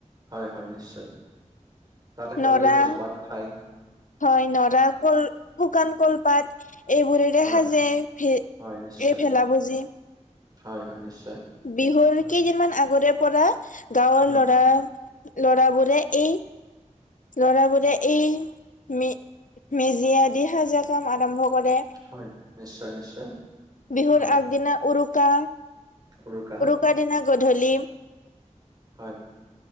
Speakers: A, on the right; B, on the left.
A: হয়, হয় নিশ্চয় তাত একেলগে
B: নৰা
A: ভোজ ভাত খায়।
B: হয় নৰা কল শুকান কলপাত এইবোৰেৰে
A: হয়,
B: সাজে। এই
A: হয়, নিশ্চয়।
B: ভেলাাপুজি।
A: হয়, হয় নিশ্চয়।
B: বিহুৰ
A: অ,
B: কেইদিনমান আগৰে পৰা গাঁৱৰ
A: উম,
B: ল'ৰা ল'ৰাবোৰে এই ল'ৰাবোৰে এই মে মেজি আদি সাজা কাম আৰম্ভ কৰে।
A: হয় নিশ্চয় নিশ্চয়।
B: বিহুৰ
A: অ',
B: আগদিনা উৰুকা
A: উৰুকা
B: উৰুকাৰ দিনা গধূলি
A: হয়।